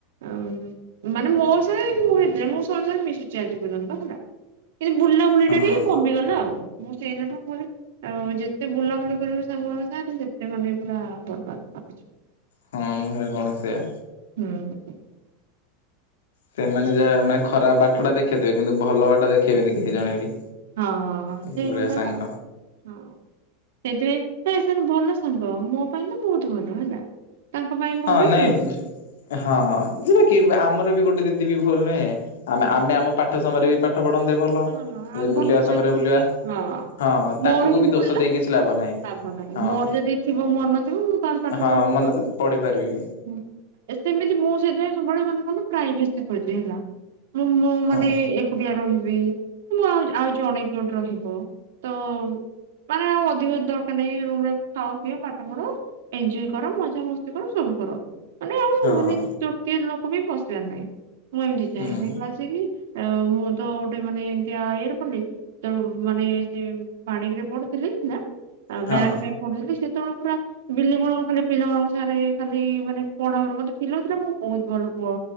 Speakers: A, on the right (about 80°); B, on the left (about 85°).
A: ଆଉ ମାନେ ମୋ <unintelligible> ମିଶୁଚି ଆଜି ପର୍ଯ୍ୟନ୍ତ ହେଲା। କିନ୍ତୁ, ବୁଲା ବୁଲିଟା
B: ହଁ
A: ଟିକେ କମିଗଲା ଆଉ। ମୁଁ ସେଇଦିନଠୁ କଲି ଆଉ ଯେତେ ବୁଲାବୁଲି କରିବୁ ସାଙ୍ଗ ମାନଙ୍କ ସହ। ତୁ ସେତେ ମାନେ ପୁରା ବର୍ବାଦ୍ <inaudible> ଯିବୁ। ହୁଁ।
B: ହଁ ନୁହେଁ କଣ ସେୟା ସେମାନେ
A: ସେଇଆ।
B: ଯାହା ମାନେ ଖରାପ ବାଟ ଟା ଦେଖେଇଦେବେ। କିନ୍ତୁ ଭଲ ବାଟ ଦେଖେଇବେନି କେହି ଜଣେ ବି?
A: ହଁ-ହଁ-ହଁ
B: ଏଇଭଳିଆ
A: ସେଇ କଥାପା,
B: ସାଙ୍ଗ
A: ହଁ। ସେଥି ପାଇଁ ତେ ସେ ତ ଭଲ ସାଙ୍ଗ, ମୋ ପାଇଁ ତ ବହୁତ ଭଲ ହେଲା। ତାଙ୍କ ପାଇଁ ମୁଁ
B: ହଁ,
A: ବି
B: ନାଇଁ
A: ଭଲ
B: ହଁ, ଯିବା କି ଆମର ବି ଗୋଟେ ଦିଦି ବି ଭୁଲ ନୁହେଁ। ଆମେ
A: ହଁ
B: ଆମେ ଆମ ପାଠ ସମୟରେ ବି ପାଠ ପଢନ୍ତେ ଭଲ।
A: ହଁ ଆମ
B: ଯେ ବୁଲିବା
A: ନିଜକୁ
B: ସମୟରେ ବୁଲିବା।
A: ବି ହଁ।
B: ହଁ
A: ମୋର
B: ତାଙ୍କୁକୁ
A: ହିଁ
B: ବି
A: ଭଲ
B: ଦୋଷ ଦେଇକି କିଛି ଲାଭ ନାହିଁ।
A: ଲାଭ ନାହିଁ।
B: ହଁ
A: ମୋର ଯଦି ଥିବ ମନ ଥିବ, ମୁଁ ତାହେଲେ ପାଠ
B: ହଁ
A: ପଢ଼ିବି
B: ମନେ
A: କି ପଢ଼ି
B: ପଢି ପାରିବି
A: ହୁଁ, ଏ ସେମିତି ମୁଁ ସେଥି ପାଇଁ ସବୁବେଳେ ମାନେ କଣ ନା ପ୍ରାଇଭେସି ଖୋଜେ ହେଲା। ମୁଁ ମୋ ମାନେ
B: ହଁ
A: ଏ-ଏକୁଟିଆ ରହିବି। ମୁଁ, ଆଉ-ଆଉ ଜଣେ କିଏ ଗୋଟେ ରହିବ ତ ମାନେ ଆଉ ଅଧିକ ଦରକାର ନାହିଁ, ରୁମ୍ ରେ ଖାଅ ପିଅ ପାଠ ପଢ। ଏନ୍ଞ୍ଜୟ କର ମଜା ମସ୍ତି କର, ସବୁ କର। ମାନେ ଆଉ
B: ହଁ
A: ମାନେ ତୃତୀୟ ଲୋକ ବି ପଶିବାର ନାହିଁ। ମୁଁ ଏମିତି ଚାହେଁବି।
B: ହୁଁ
A: ଦେଖିଲାସିକି ଆ ମୁଁ ତ ଉଟ୍ ଟେ ମାନେ ଏମତିଆ ଇଏରେ ପଲି, ତ ମାନେ ସେ ପାଣିଗ୍ ରେ ପଢୁଥିଲି ହେଲା। ଆଁ
B: ହଁ
A: ବ୍ୟାଙ୍କ୍ ପାଇଁ ପଢୁଥିଲି। ସେତେବେଳୁ ପୁରା ବିଲିଭ୍ କର, ମୁଁ ଖାଲି ପିଲା ମାନକ ସାରେ ଖାଲି ମାନେ, ପଢାର ମତେ ପିଲିଭ୍ ଥିଲା ମୁଁ ବହୁତ ଭଲ ପୁଅ